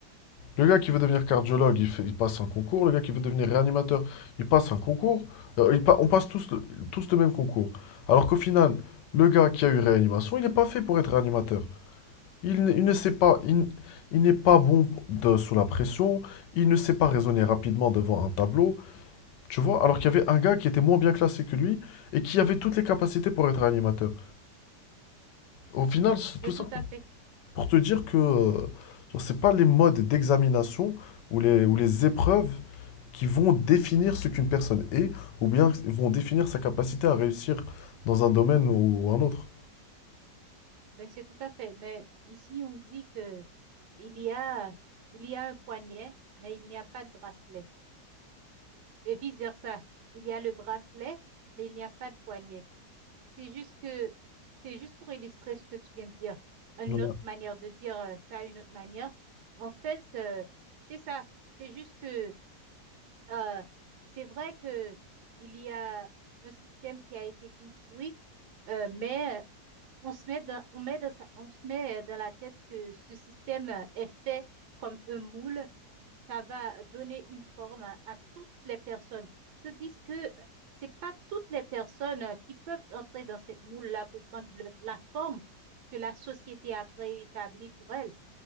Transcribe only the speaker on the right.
Ben,
tout à fait.
Ben, c'est tout à fait. Mais ici, on dit que il y a, il y a un poignet, mais il n'y a pas de bracelet. Et vice-versa. Il y a le bracelet, mais il n'y a pas de poignet. C'est juste que, c'est juste pour illustrer ce que tu viens de dire. Une
autre manière de dire euh, ça, une autre manière. En fait, euh, c'est ça. C'est juste que, euh, c'est vrai que il y a un système qui a été construit, euh, mais on se met dans- on met dans sa- on se met euh, dans la tête que ce système euh, est fait comme un moule. Ça va donner une forme à à toutes les personnes. Tandis que euh, c'est pas toutes les personnes euh, qui peuvent entrer dans cette moule-là pour prendre le- la forme que la société a préétablie pour elles.